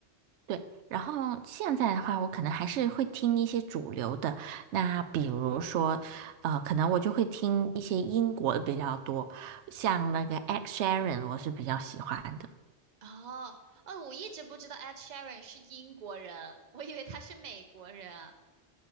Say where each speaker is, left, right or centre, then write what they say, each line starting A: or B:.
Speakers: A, on the right (about 85°); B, on the right (about 45°).
A: 对，然后现在的话，我可能还是会听一些主流的。那比如说，呃，可能我就会听一些英国的比较多，像那个 Ed Sheeran，我是比较喜欢的。
B: 哦，哦，我一直不知道 Ed Sheeran 是英国人，我以为他是美国人。